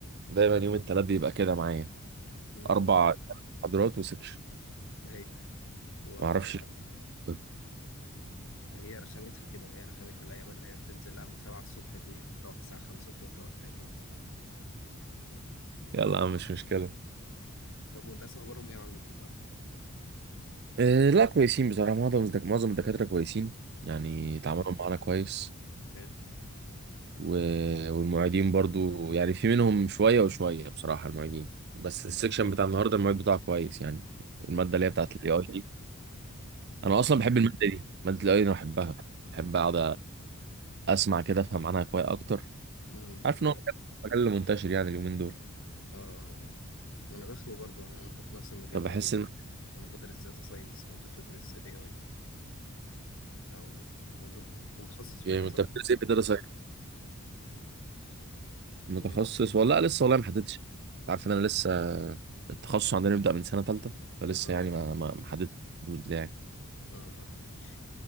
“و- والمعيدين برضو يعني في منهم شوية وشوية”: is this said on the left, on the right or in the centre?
Right